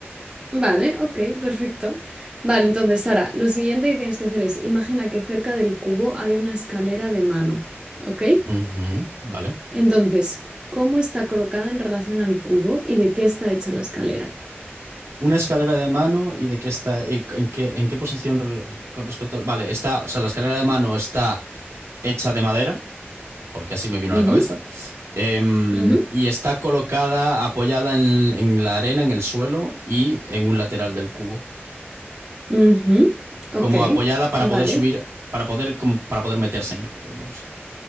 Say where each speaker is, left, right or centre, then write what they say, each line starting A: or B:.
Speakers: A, on the right (about 20°); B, on the right (about 90°).
A: Vale, ok, perfecto. Vale, entonces, Sara, lo siguiente que tienes que hacer es, imagina que cerca del cubo hay una escalera de mano, ¿ok?
B: Ujú, vale.
A: Entonces, ¿cómo está colocada en relación al cubo y de qué está hecha la escalera?
B: Una escalera de mano y de qué está, y en qué, en qué posición re- con respecto al... Vale, está, o sea, la escalera de mano está hecha de madera, porque así me vino
A: Ujú,
B: a la cabeza, em,
A: ujú,
B: y está colocada, apoyada en, en la arena, en el suelo y en un lateral del cubo,
A: ujú. Ok,
B: como apoyada para
A: vale.
B: poder subir, para poder, como para poder meterse en el cubo, digamos.